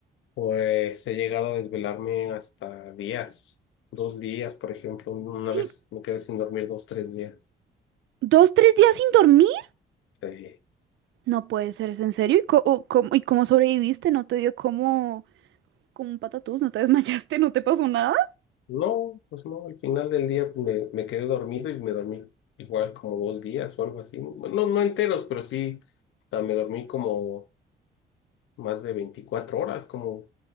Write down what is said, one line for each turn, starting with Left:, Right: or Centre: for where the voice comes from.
Left: Pues he llegado a desvelarme hasta días, dos días, por ejemplo. Una
Right: Sí,
Left: vez me quedé sin dormir dos, tres días.
Right: dos, tres días sin dormir.
Left: Eh,
Right: No puede ser, ¿es en serio? ¿Y co- o cómo, y cómo sobreviviste? ¿No te dio como, como un patatús? ¿No te desmayaste? <laughs> ¿No te pasó nada?
Left: no, pues no, al final del día me, me quedé dormido y me dormí igual como dos días o algo así. Bueno, no, no enteros, pero sí, o sea, me dormí como más de 24 horas, como